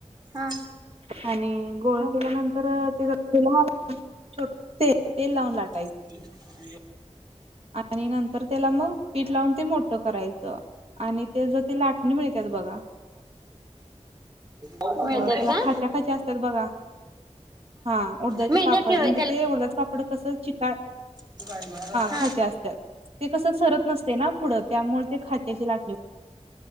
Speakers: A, on the right; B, on the right.
A: हा हा
B: आणि गोळ केल्यानंतर तेला छोट तेल लावून लागत
A: ह
B: आणि नंतर त्याला मग पीठ लावून ते मोठं करायचं आणि ते जर ती लाटणी मिळते बघ
A: मिळतात
B: अ त्याला
A: का
B: खाच्या खाच्या असतात बघा हा उडधाचे
A: मिळतात
B: पापड
A: कि होय
B: म्हणजे ते डदाच पापड कसं चिका
A: त बाय म
B: खाच्या असतात ते कसं सरत नसते ना पुढं त्यामुळे ते खाच्याची ला.